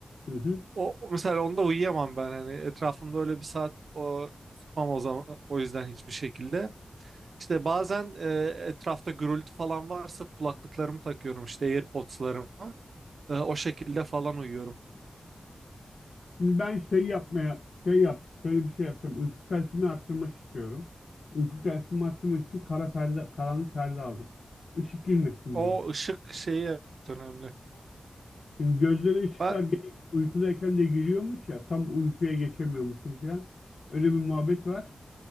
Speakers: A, on the left; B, on the right.
A: Hı hı.
B: O o mesela onda uyuyamam ben hani etrafımda öyle bir saat o tutmam o zaman o yüzden hiçbir şekilde. İşte bazen e, etrafta gürültü falan varsa kulaklıklarımı takıyorum işte AirPods'larımı. E, o şekilde falan uyuyorum.
A: Şimdi ben şey yapmaya şey yap şöyle bir şey yapacağım. Uyku kalitemi arttırmak istiyorum. Uyku kalitemi arttırmak için kara perde, karanlık perde aldım. Işık girmesin
B: O
A: diye.
B: ışık şeyi evet önemli.
A: Çünkü gözlere ışıklar
B: Ba-
A: gene uykudayken de giriyormuş ya tam uykuya geçemiyormuşum falan. Öyle bir muhabbet var.